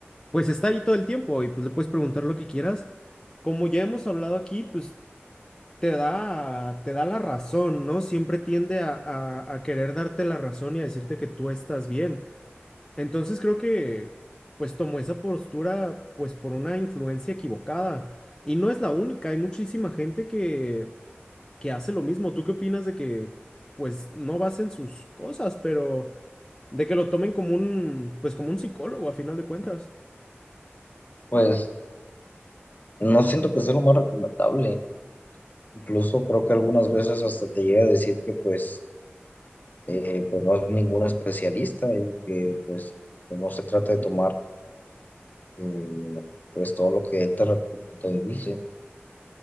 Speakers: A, on the left; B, on the left.
A: pues está ahí todo el tiempo y pues le puedes preguntar lo que quieras. Como ya hemos hablado aquí, pues te da, te da la razón, ¿no? Siempre tiende a, a- a querer darte la razón y a decirte que tú estás bien. Entonces creo que, pues, tomó esa postura, pues, por una influencia equivocada. Y no es la única, hay muchísima gente que, que hace lo mismo. ¿Tú qué opinas de que, pues, no basen sus cosas, pero... De que lo tomen como un, pues como un psicólogo a final de cuentas.
B: pues no siento que sea lo más recomendable. Incluso creo que algunas veces hasta te llega a decir que pues, eh, pues no es ningún especialista y que pues pues, no se trata de tomar eh, pues todo lo que él te, recu- te dice.